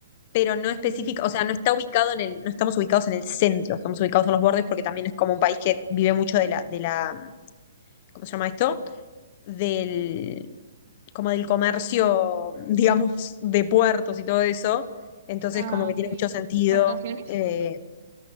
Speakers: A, on the left (about 40°); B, on the right (about 55°).
A: pero no específica,
B: Ujú.
A: o sea, no está ubicado en el, no estamos ubicados en el centro, estamos ubicados en los bordes porque también es como un país que vive mucho de la, de la, ¿cómo se llama esto? del, como del comercio, <laughs> digamos, de puertos y todo eso. Entonces,
B: Ah,
A: como que
B: ok.
A: tiene mucho sentido.
B: ¿Exportaciones?
A: Eh,